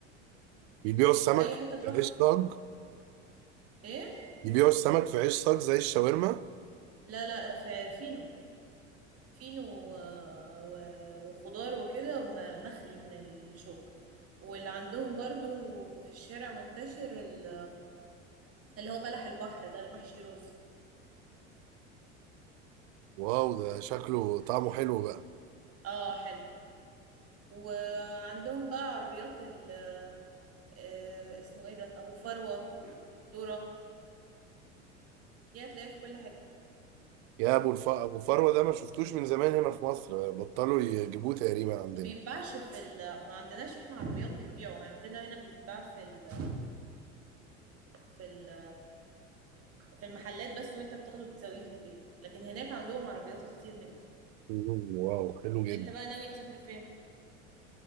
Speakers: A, on the right (about 60°); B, on the right (about 40°).
A: بيبيعوا السمك
B: اي حتة تروح
A: ملهاش طاج
B: ايه
A: يبيعوا السمك في عيش صاج زي الشاورما
B: لا لا في فينو فينو آه، و- وخضار وكده وم- مخلي من الشوك واللي عندهم برضو في الشارع منتشر ال- اللي هو بلح البحر ده المحشي رز
A: واو ده شكله طعمه حلو بقى
B: اه حلو وعندهم بقى عربيات ال- آه، اسمه ايه ده ابو فروة ذرة دي هتلاقيها في كل حتة
A: يا ابو الف... ابو فروه ده ما شفتوش من زمان هنا في مصر بطلوا يجيبوه تقريبا عندنا
B: ما بيتباعش في ال... ما عندناش احنا عربيات بتبيعه يعني عندنا هنا بيتباع في ال... في ال... في المحلات بس وانت بتاخده تسويه في البيت لكن هناك عندهم عربيات كتير منه
A: مم، واو حلو جدا
B: انت بقى ناوي تسافر فين